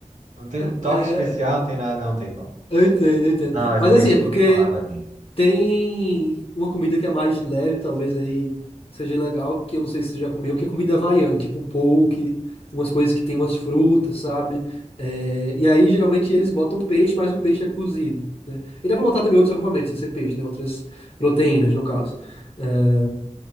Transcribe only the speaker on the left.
É,
eu entendo, eu entendo.
Mas
assim, é porque
Tem uma comida que é mais leve, talvez aí seja legal, que eu não sei se você já comeu, que é comida havaiana, tipo poke, umas coisas que tem umas frutas, sabe? É, e aí geralmente eles botam peixe, mas o peixe é cozido, né? E dá pra botar também outros acompanhamentos, sem ser peixe, né? Outras proteínas, no caso. É,